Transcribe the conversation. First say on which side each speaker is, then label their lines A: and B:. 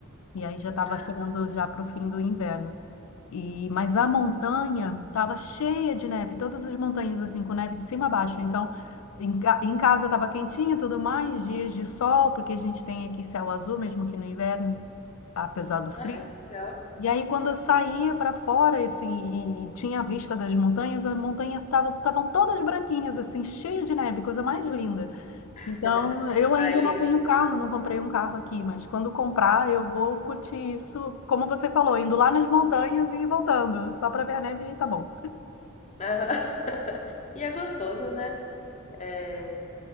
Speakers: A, on the left; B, on the left.
A: E aí já estava
B: Ah,
A: chegando já para o fim do inverno. E, mas a montanha estava cheia de neve, todas as montanhas assim, com neve de cima a baixo. Então, em, ca- em casa estava quentinho e tudo mais, dias de sol, porque a gente tem aqui céu azul, mesmo que no inverno, apesar do frio.
B: ah, que legal.
A: E aí, quando eu saía para fora, e, assim, e e tinha a vista das montanhas, as montanhas estavam estavam todas branquinhas, assim, cheio de neve, coisa mais linda.
B: <laughs>
A: Então, eu ainda
B: Ah, é lindo,
A: não tenho
B: né?
A: carro, não comprei um carro aqui, mas quando comprar, eu vou curtir isso, como você falou, indo lá nas montanhas e voltando, só para ver a neve e tá bom.
B: Aham. <laughs> E é gostoso, né? É,